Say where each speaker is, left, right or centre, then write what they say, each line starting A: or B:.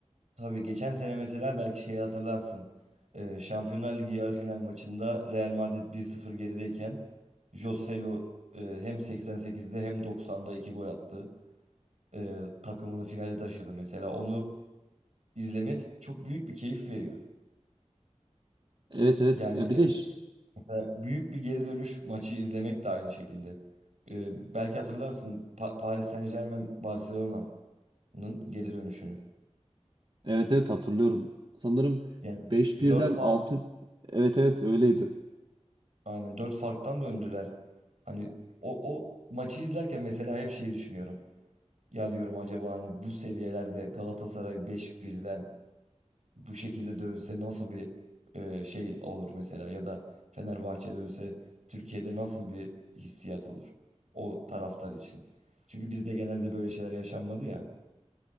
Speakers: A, on the right; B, on the right.
A: Tabii geçen sene mesela belki şeyi hatırlarsın. Ee, Şampiyonlar Ligi yarı final maçında Real Madrid bir sıfır gerideyken Joselu e, hem 88'de hem 90'da 2 gol attı. Ee, takımını finale taşıdı mesela. Onu izlemek çok büyük bir keyif veriyor.
B: Evet evet
A: Yani
B: ya bir
A: e,
B: de ş-
A: mesela büyük bir geri dönüş maçı izlemek de aynı şekilde. Ee, belki hatırlarsın Pa- Paris Saint-Germain Barcelona'nın geri dönüşünü.
B: Evet evet hatırlıyorum. Sanırım
A: Yani
B: beş birden
A: 4
B: altı evet evet öyleydi.
A: Aynen dört farktan döndüler. Hani o, o maçı izlerken mesela hep şeyi düşünüyorum. Ya diyorum acaba hani bu seviyelerde Galatasaray beş birden bu şekilde dönse nasıl bir e, şey olur mesela ya da Fenerbahçe dönse Türkiye'de nasıl bir hissiyat olur o taraftar için. Çünkü bizde genelde böyle şeyler yaşanmadı ya.